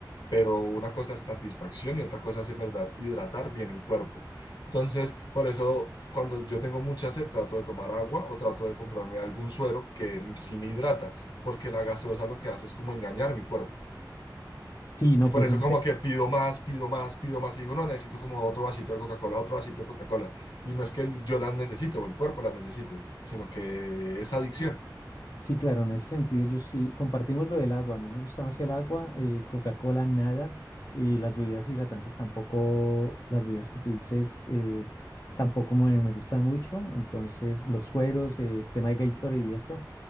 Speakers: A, on the left (about 70°); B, on the left (about 50°).
A: Pero una cosa es satisfacción y otra cosa es en verdad hidratar bien el cuerpo. Entonces, por eso cuando yo tengo mucha sed, trato de tomar agua o trato de comprarme algún suero que sí me hidrata porque la gaseosa lo que hace es como engañar mi cuerpo.
B: Sí, no,
A: Y por
B: pues
A: eso
B: en,
A: como que pido más, pido más, pido más y digo, no, necesito como otro vasito de Coca-Cola, otro vasito de Coca-Cola. Y no es que el- yo las necesite o el cuerpo las necesite, sino que es adicción.
B: Sí, claro, en ese sentido yo sí, compartimos lo del agua, a mí me gusta más el agua, eh, Coca-Cola nada, y las bebidas hidratantes tampoco, las bebidas que tú dices eh, tampoco me, me gustan mucho, entonces los sueros, eh, tema de Gatorade y esto,